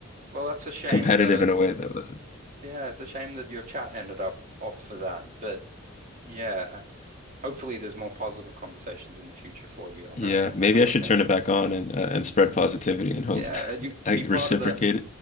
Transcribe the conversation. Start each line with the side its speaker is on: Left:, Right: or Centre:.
Right: Well, that's a shame.
Left: competitive
Right: The,
Left: in a way that was,
Right: yeah, it's a shame that your chat ended up off for that. But yeah, hopefully there's more positive conversations in the future for you on
Left: yeah,
Right: that
Left: maybe
Right: application.
Left: I should turn it back on and uh,
Right: Mm,
Left: and spread positivity and hope
Right: Yeah, you
Left: <laughs> I
Right: be
Left: reciprocate
Right: part of the